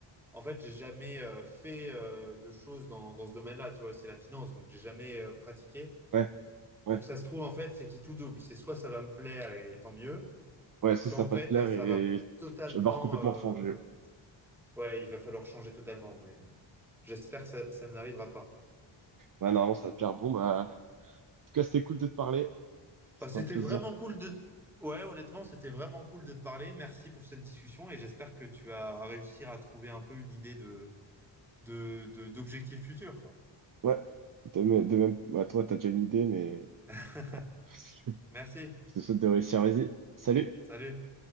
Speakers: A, in the centre; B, on the right (about 45°).
A: En fait, j'ai jamais euh, fait euh, de choses dans, dans ce domaine-là, tu vois, c'est la finance, donc j'ai jamais euh, pratiqué.
B: ouais, ouais.
A: Donc ça se trouve, en fait, c'est qui tout double. C'est soit ça va me plaire et tant mieux,
B: Ouais, ça,
A: soit
B: ça
A: en
B: va
A: fait,
B: pas te plaire
A: euh, ça
B: et
A: va totalement...
B: je barre complètement
A: euh,
B: fangé.
A: Ouais, il va falloir changer totalement, mais j'espère que ça, ça n'arrivera pas.
B: Ouais, normalement, ça va te plaire. Bon, bah, en tout cas, c'était cool de te parler.
A: Enfin,
B: C'était
A: c'était
B: un plaisir.
A: vraiment cool de... Ouais, honnêtement, c'était vraiment cool de te parler. Merci pour cette discussion et j'espère que tu vas réussir à trouver un peu une idée de, de, de- d'objectifs futurs, quoi.
B: Ouais, de même, de même. Bah, toi, t'as déjà une idée, mais
A: <laughs>
B: <laughs>
A: Merci.
B: je te souhaite de réussir. Vas-y, salut!
A: Salut.